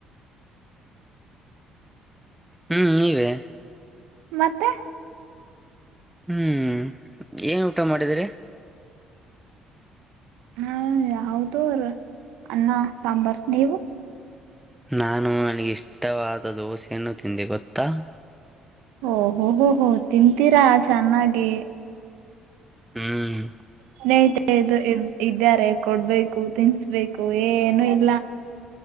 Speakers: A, in the centre; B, on the right.
A: ಹ್ಮ್ ನೀವೆ.
B: ಮತ್ತೆ.
A: ಹ್ಮ್ ಏನ್ ಊಟ ಮಾಡಿದ್ರಿ.
B: ನನ್ ಯಾವ್ದರ್ ಅನ್ನ ಸಾಂಬಾರ್ ನೀವು.
A: ನಾನು ನನಗೆ ಇಷ್ಟವಾದ ದೋಸೆಯನ್ನು ತಿಂದೆ ಗೊತ್ತಾ
B: ಓ ಹೂ ಹೂ ಹೂ ತಿಂತೀರಾ ಚೆನ್ನಾಗಿ
A: ಹ್ಮ್
B: ಸ್ನೇಹಿತೆ ಇದು ಇ ಇದ್ದಾರೆ ಕೊಡ್ಬೇಕು ತಿನ್ನಿಸಬೇಕು ಏನು ಇಲ್ಲಾ